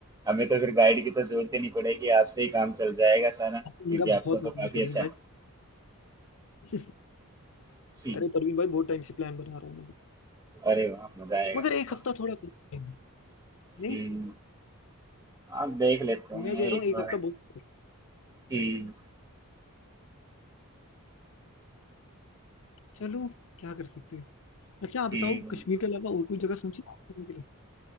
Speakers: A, on the right (about 15°); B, on the left (about 65°).
A: हमें तो फिर गाइड की तो जरूरत ही नहीं पड़ेगी आपसे ही काम चल जाएगा सारा
B: मेरा
A: क्योंकि
B: बहुत
A: आपको तो
B: मन
A: काफी
B: है परवीन
A: अच्छा
B: भाई
A: है
B: <laughs>
A: हम्म,
B: अरे परवीन भाई बहुत टाइम से प्लान बना रहा हूँ मैं
A: अरे वाह मजा आएगा
B: मगर
A: फिर
B: एक
A: तो
B: हफ्ता थोड़ा कम time है।
A: हम्म,
B: नहीं
A: आप देख लेते हैं
B: मैं कह रहा
A: एक
B: हूँ एक
A: बार
B: हफ्ता बहुत है।
A: हम्म,
B: चलो क्या कर सकते हैं अच्छा आप बताओ
A: हम्म,
B: कश्मीर के अलावा और कोई जगह सोची है घूमने के